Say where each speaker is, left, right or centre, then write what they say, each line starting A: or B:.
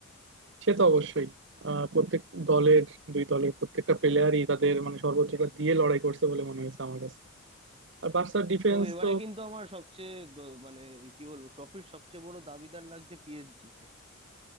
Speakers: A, on the right; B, on the right.
A: সে তো অবশ্যই আহ, প্রত্যেক দলের দুই দলের প্রত্যেকটা প্লেয়ারই তাদের মানে সর্বোচ্চটা দিয়ে লড়াই করছে বলে মনে হয়েছে আমার কাছে আর বার্সার ডিফেন্স
B: তবে এবারে
A: তো
B: কিন্তু আমার সবচেয়ে দ- মানে কি বলবো ট্রফির সবচেয়ে বড় দাবিদার লাগছে পিএসজি কে